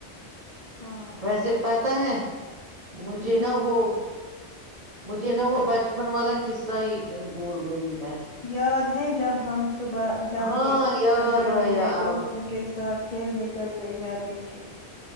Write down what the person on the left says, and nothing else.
ہاں
جی
یاد ہے جب ہم صبح جلدی
اٹھ
کر گلے
میں دوستوں
کے ساتھ کھیلنے چل لے جاتے تھے